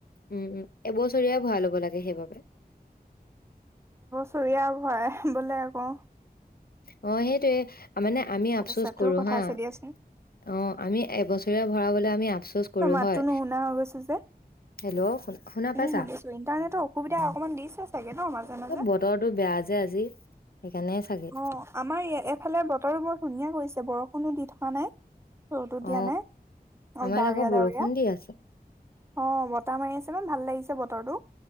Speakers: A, on the left (about 65°); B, on the right (about 15°).
A: উম, উম, এবছৰীয়া ভৰাই ল'ব লাগে সেইবাবে
B: চৰিয়া ভয়াবলে বোলে আকৌ
A: অহঁ, সেইটোৱে মানে আমি
B: পইচাটোৰ
A: আফচোচ কৰো
B: কথা
A: হাঁ
B: আছে দিয়াচোন।
A: অহঁ আমি এবছৰ ভৰাবলৈ আমি আফচোচ কৰোঁ
B: তোৰ মাততো
A: হয়।
B: নুশুনা হৈ গৈছো যে।
A: হেল্ল' শু শুনা পাইছা?
B: উম শুনিছো ইন্টাৰনেটৰ অসুবিধা অকমান দিছে চাগে ন মাজে মাজে।
A: এই বতৰটো বেয়া যে আজি। সেইকাৰণে চাগে।
B: অহঁ আমাৰ এফালে বতৰো বৰ ধুনীয়া কৰিছে বৰষুণো দি থাক হোৱা নাই। ৰ'দো
A: অ',
B: দিয়া নাই অ
A: আমাৰ
B: ডাৱৰীয়া
A: ইয়াত আকৌ বৰষুণ
B: ডাৱৰীয়া
A: দি আছে।
B: অ বতাহ মাৰি আছে ইমান ভাল লাগিছে ব বতৰতো